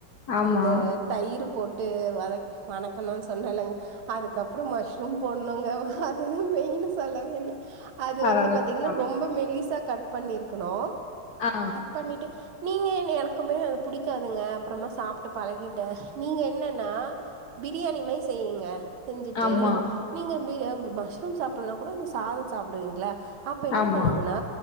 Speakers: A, on the left; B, on the right.
A: ஆமா
B: அந்த தயிர் போட்டு வதக் வனக்கணுன் சொன்னல்லங்க அதுக்கப் அப்புற மஷ்ரூம் போட்ணுங்க அதுதா மெயின்னு சொல்லவே இல்ல அது
A: பரவா
B: வந்து பாத்தீங்ன்னா
A: பரவா
B: ரொம்ப மெலிசா கட் பண்ணிருக்கணு
A: ஆ
B: கட் பண்ணிட்டு நீங்க எங்க எனக்குமே அத புடிக்காதுங்க அப்புறமா சாப்ட்டு பழகிட்டே நீங்க என்னன்னா பிரியாணி மைஸ் செய்யுங்க செஞ்சுட்டு
A: ஆமா
B: நீங்க பிரி மஷ்ரூம் சாப்பிட்லேனா கூட அந்த சாதம் சாப்பிடுவீங் ல அப்ப என்ன
A: ஆமா
B: பண்ணுங்கன்னா